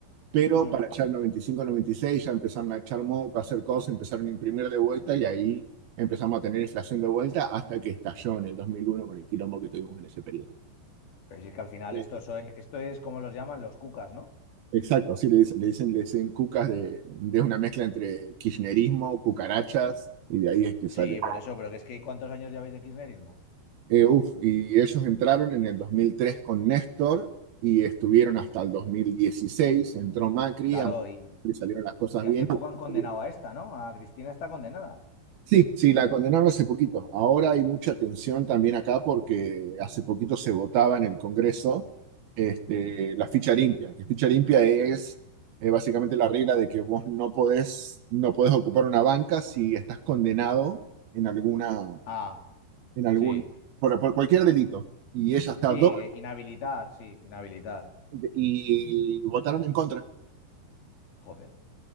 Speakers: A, on the right; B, on the left.
A: pero
B: Ujú.
A: para allá el 95-96 ya empezaron a echar moco, a hacer cosas, empezaron a imprimir de vuelta y ahí empezamos a tener inflación de vuelta hasta que estalló en el 2001 con el quilombo que tuvimos en ese periodo.
B: Pero si es que al final
A: Sí.
B: esto, so- esto es como los llaman los cucas, ¿no?
A: Exacto, así le dicen, le dicen, le dicen cucas de, de una mezcla entre kirchnerismo, cucarachas, y de ahí es que sale.
B: Sí, por eso, pero que es que ¿cuántos años lleváis de kirchnerismo?
A: Eh, uf, y ellos entraron en el 2003 con Néstor y estuvieron hasta el 2016, entró Macri,
B: Claro,
A: a Macri
B: y,
A: salieron las cosas
B: y
A: bien
B: hace poco han condenado
A: y
B: a esta, ¿no? A Cristina está condenada.
A: Sí, sí, la condenaron hace poquito. Ahora hay mucha tensión también acá porque hace poquito se votaba en el Congreso este, la ficha limpia, que ficha limpia es eh, básicamente la regla de que vos no podés, no podés ocupar una banca si estás condenado en alguna,
B: Ah,
A: en algún,
B: sí.
A: por, por cualquier delito. Y ella está
B: Sí, eh,
A: dos
B: inhabilitar, sí, inhabilitar.
A: y votaron en contra.
B: Joder.